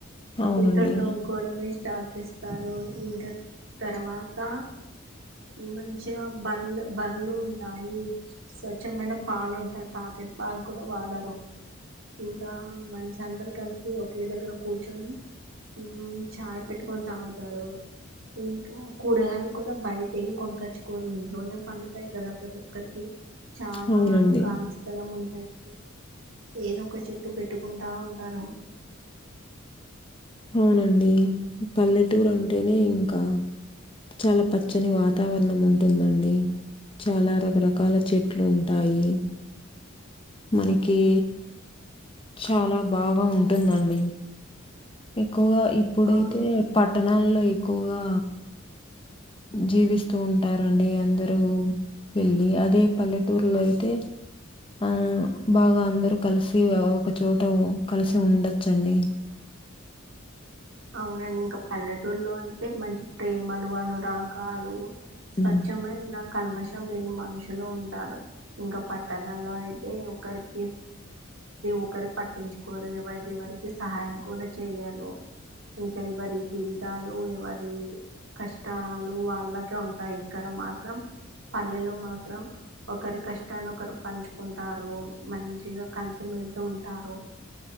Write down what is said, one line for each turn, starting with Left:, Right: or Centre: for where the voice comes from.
Right: <unintelligible>
Left: అవునండి
Right: చేపిస్తాడు ఇంకా తర్వాత ఇగ బర్లు బర్లు ఉంటాయి స్వచ్ఛమైన పాలు ఉంటాయి ప్యాకెట్ పాలు కూడా వాడారు ఇంకా మంచి అందరు కలిసి ఒకే దగ్గర కూర్చొని మ్మ్ చాయ్ పెట్టుకొని తాగుతారు ఇంకా కూరగాయలు కూడా బయట ఏం కొనుక్కోచ్చుకోరు ఇంట్లోనే పండుతాయి కదా ప్రతి ఒక్కరికి చాలా
Left: అవునండి
Right: ఖాళీ స్థలం ఉంటది ఏదో ఒక చెట్టు పెట్టుకుంటా ఉంటారు
Left: అవునండి పల్లెటూరు అంటేనే ఇంకా చాలా పచ్చని వాతావరణం ఉంటుందండి చాలా రకరకాల చెట్లు ఉంటాయి మనకి చాలా బాగా ఉంటుందండి ఎక్కువగా ఇప్పుడైతే
Right: అవును
Left: పట్టణాల్లో ఎక్కువగా జీవిస్తూ ఉంటారండి అందరూ వెళ్లి అదే పల్లెటూరులో అయితే ఆ బాగా అందరు కలిసి ఒకచోట కలిసి ఉండచ్చండి
Right: అవునండి ఇంకా పల్లెటూరులో అయితే మంచి ప్రేమలు అనురాగాలు
Left: హ్మ్.
Right: స్వచ్ఛమైన కల్మషం లేని మనుషులు ఉంటారు ఇంకా పట్టణాలో అయితే ఒకరికి ఒకరు పట్టించుకోరు ఎవరిది వారికి సహాయం కూడా చెయ్యరు ఇంకా ఎవరి జీవితాలు ఎవరి కష్టాలు వాళ్ళకే ఉంటాయి ఇక్కడ మాత్రం పల్లెలో మాత్రం ఒకరి కష్టాన్ని ఒకరు పంచుకుంటారు మంచిగా కలిసి ఉంటారు